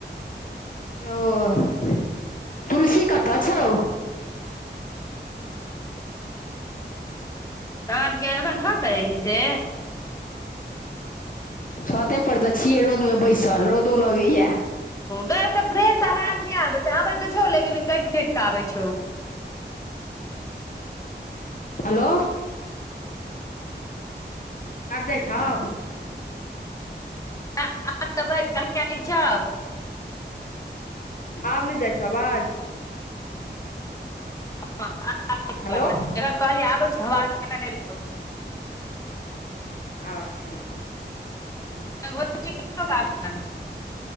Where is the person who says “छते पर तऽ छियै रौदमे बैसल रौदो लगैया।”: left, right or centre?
Left